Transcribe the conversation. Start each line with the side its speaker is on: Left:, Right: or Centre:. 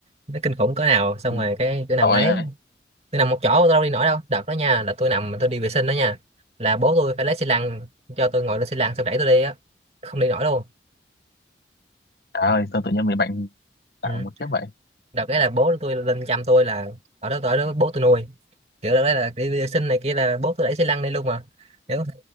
Right: nó kinh khủng cỡ nào xong
Left: ừ,
Right: rồi cái tôi nằm
Left: tội
Right: đấy
Left: ơi
Right: tôi nằm một chỗ tôi đâu đi nổi đâu đợt đó nha là tôi nằm mà tôi đi vệ sinh đó nha là bố tôi phải lấy xi lăng cho tôi ngồi lên xi lăng xong đẩy tôi đi á không đi nổi luôn
Left: à ơi sao tự nhiên bị bệnh
Right: ừ.
Left: nặng một kiếp vậy
Right: đợt đấy là bố tôi lên chăm tôi là ở đó tôi ở đó bố tôi nuôi kiểu đó là đi vệ sinh này kia là bố tôi đẩy xi lăng đi luôn mà kiểu